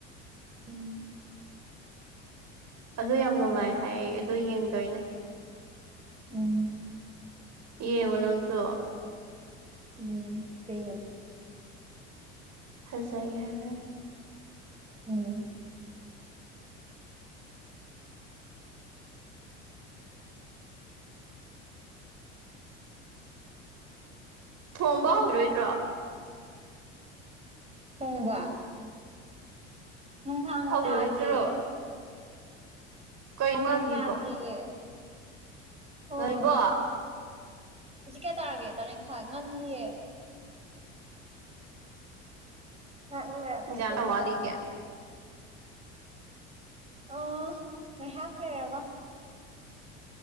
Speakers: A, on the right (about 15°); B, on the right (about 50°).
A: ꯎꯝ
B: ꯑꯗꯨ ꯌꯥꯝ ꯅꯨꯡꯉꯥꯏ ꯍꯥꯏꯌꯦ ꯑꯩ ꯑꯗꯨ ꯌꯦꯡꯗꯣꯏꯅꯦ
A: ꯎꯝ
B: ꯌꯦꯡꯉꯣ ꯅꯪꯁꯨ
A: ꯎꯝ ꯁꯦ
B: ꯐꯖꯩ ꯍꯥꯏꯕꯅꯦ
A: ꯎꯝ
B: ꯊꯣꯡꯕ ꯍꯧꯒꯤꯔꯣꯏꯗ꯭ꯔꯣ
A: ꯊꯣꯡꯕ ꯅꯨꯡꯊꯥꯡꯒ
B: ꯍꯧꯔꯣꯏꯗ꯭ꯔꯣ
A: ꯇꯥꯗ꯭ꯔꯤꯌꯦ
B: ꯀꯩ
A: ꯅꯨꯡꯊꯥꯡ
B: ꯉꯜꯂꯤꯕꯣ
A: ꯇꯥꯗ꯭ꯔꯤꯌꯦ ꯍꯣꯏ
B: ꯅꯣꯔꯤꯕꯣ
A: ꯍꯧꯖꯤꯛ ꯀꯌꯥ ꯇꯥꯔꯒꯦ ꯇꯔꯦꯠ ꯈꯥꯏ ꯉꯜꯂꯤꯌꯦ ꯉꯥ ꯎꯅꯔꯒ
B: ꯅꯨꯃꯤꯗꯥꯡ
A: ꯁꯦꯝꯃꯗꯕꯅꯦ
B: ꯀꯌꯥꯝ ꯋꯥꯠꯂꯤꯒꯦ
A: ꯑꯣ ꯉꯩꯍꯥꯛ ꯂꯩꯔꯒ